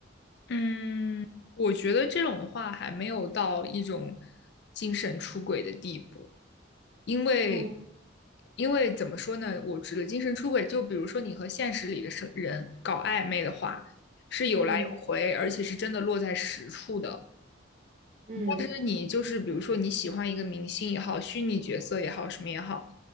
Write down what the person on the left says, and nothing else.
嗯，我觉得这种的话还没有到一种精神出轨的地步。因为
因为怎么说呢，我指的精神出轨，就比如说你和现实里的生人搞暧昧的话，是有来有回，
而且是真的落在实处的。
但是你就是比如说你喜欢一个明星也好，虚拟角色也好，什么也好，